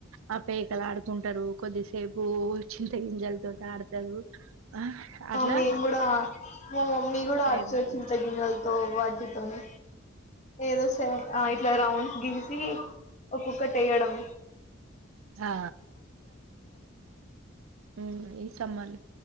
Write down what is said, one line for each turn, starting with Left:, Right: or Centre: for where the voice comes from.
Right: ఆ పేకలు ఆడుకుంటారు కొద్దిసే పు చింతగింజలు తోటి ఆడతారు ఆ అట్లా
Left: మేము కూడా మా మమ్మీ కూడా
Right: టైం
Left: ఆడ్తది
Right: పాస్
Left: చింత గింజలతో వాటితోని ఏదో సెవన్ ఆ ఇట్లా రౌండ్స్ గీసి ఒక్కొక్కటి ఏయడం
Right: ఆ ఉమ్ ఈ సమ్మర్ లో